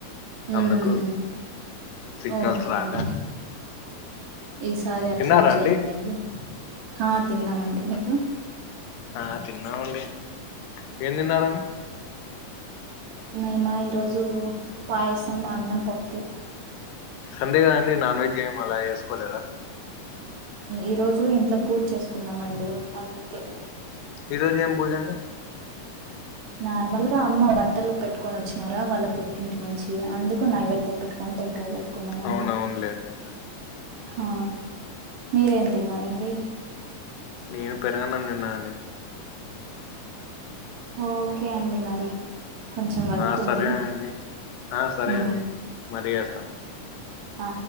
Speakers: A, on the right (about 75°); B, on the left (about 85°).
A: మ్మ్
B: అందుకు సిగ్నల్స్
A: ఓకే
B: రాక
A: అండి ఈసారి అట్లే
B: తిన్నారా
A: ఏం చేయ్యలేండి
B: అండి
A: ఆ తిన్నామండి మీరు
B: ఆ తిన్నామండి ఏం తిన్నరాండి
A: మేమ ఈరోజు పాయసం అన్నం పప్పు
B: సండే కదండి నాన్ వెజ్ ఏమి అలా చేసుకోలేదా
A: ఈ రోజు ఇంట్లో పూజ చేసుకున్నామండి అందుకే
B: ఈ రోజు ఏం పూజండి
A: నార్మల్ గా అమ్మ బట్టర్లు పెట్టుకొని వచ్చినారా వాళ్ళ పుట్టింటి నుంచి అందుకు నైవేద్యం పెట్ కొని టెంకాయ కున్నమండి
B: అవున అవునులేండి
A: ఆ మీరేం తిన్నారండి
B: నేను పెరగన్నాం తిన్నను
A: ఓకే అండి మరి కొంచెం వర్క్
B: ఆ
A: ఉంది
B: సరే అండి ఆ సరే
A: <inaudible> ఉ
B: అండి మరి చేస్తాను
A: ఆ